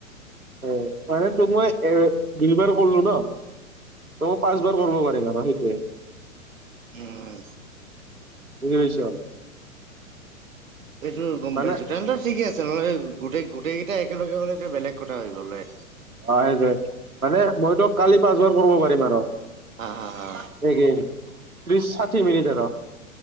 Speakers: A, on the right; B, on the right.
A: অহ, মানে তোক মই এ দুই বাৰ কল্লো ন? ত পাঁচবাৰ কৰ্ব পাৰিম আৰু সেইটোৱে।
B: উম।
A: বুজি পাইছ।
B: এইটো গম
A: মানে
B: পাইছো। তেন্তে ঠিকেই আছে ম গোটেই গোটেই কেইটা একেলগে হলে যে বেলেগ কথা হৈ গ'ল হয়।
A: অ সেইটোৱে। মানে মইতো কালি পাঁচবাৰ কৰ্ব পাৰিম আৰু।
B: হা হা হা
A: একেই, ত্ৰিছ সাত মিনিট আৰু।